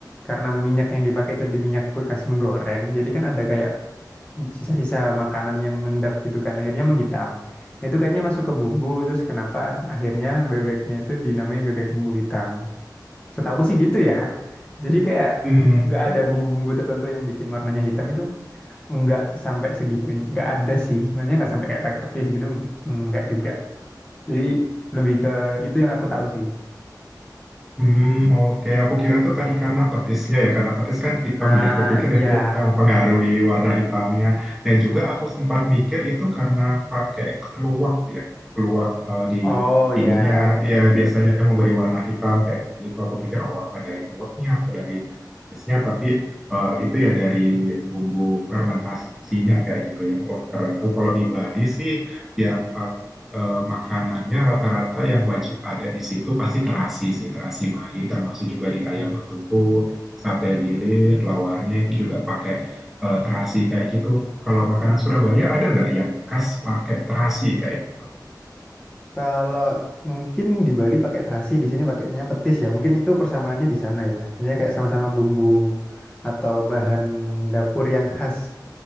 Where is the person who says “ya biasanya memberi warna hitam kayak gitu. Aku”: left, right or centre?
Centre